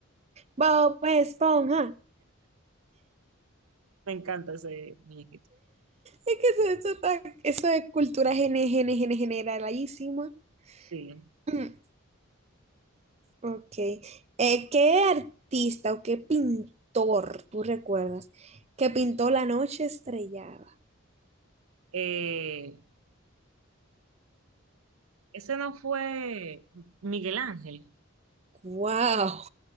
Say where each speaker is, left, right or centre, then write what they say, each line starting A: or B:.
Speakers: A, on the right; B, on the right.
A: Bob Esponja.
B: Me encanta ese muñequito.
A: Es que eso, eso está- eso es cultura gene, gene, gene- generalísima. <clears throat>
B: Sí.
A: Mm, Ok. Eh, ¿qué artista o qué pintor tú recuerdas que pintó La noche estrellada?
B: Eh, ese no fue Miguel Ángel.
A: ¡Wow!